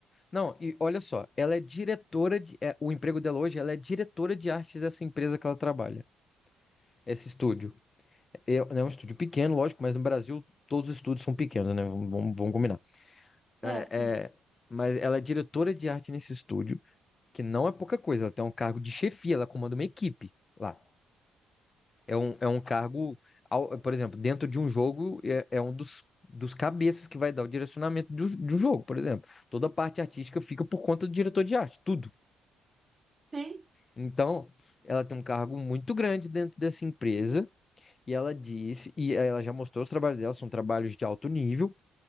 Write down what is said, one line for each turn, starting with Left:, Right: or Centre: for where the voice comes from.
Left: Não, e olha só, ela é diretora de. é, o emprego dela hoje, ela é diretora de artes dessa empresa que ela trabalha. Esse estúdio. É, é um estúdio pequeno, lógico, mas no Brasil todos os estúdios são pequenos, né? Vamos, vamos vamos combinar.
Right: É,
Left: É,
Right: sim.
Left: é, mas ela é diretora de arte nesse estúdio, que não é pouca coisa. Ela tem um cargo de chefia, ela comanda uma equipe lá. É um, é um cargo, ao- por exemplo, dentro de um jogo, é, é um dos, dos cabeças que vai dar o direcionamento do, do jogo, por exemplo. Toda a parte artística fica por conta do diretor de arte, tudo.
Right: Sim.
Left: Então, ela tem um cargo muito grande dentro dessa empresa, e ela disse, e ela já mostrou os trabalhos dela, são trabalhos de alto nível,